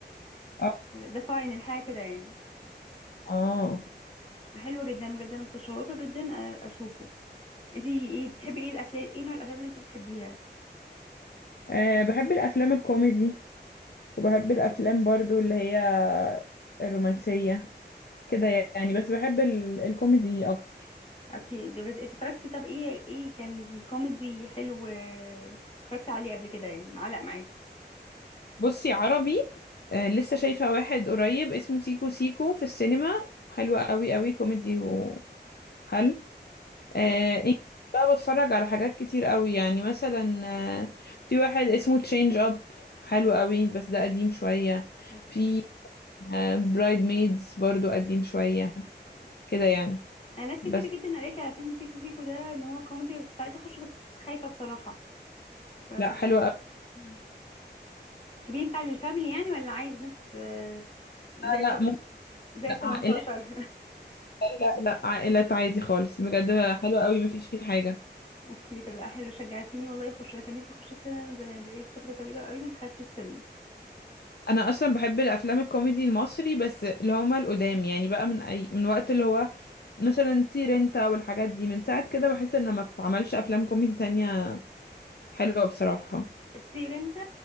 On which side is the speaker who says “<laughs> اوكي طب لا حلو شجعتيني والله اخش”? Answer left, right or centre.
Left